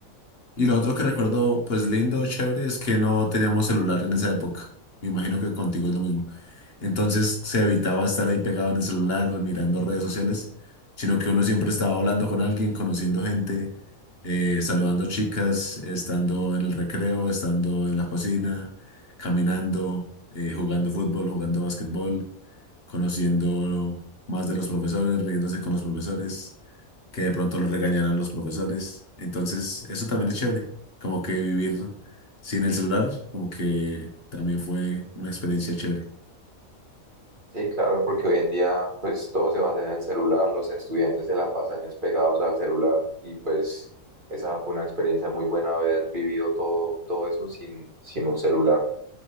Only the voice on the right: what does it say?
Sí, claro, porque hoy en día pues todo se basa en el celular, los estudiantes se la pasan es pegados al celular y pues esa fue una experiencia muy buena haber vivido todo, todo eso sin, sin un celular.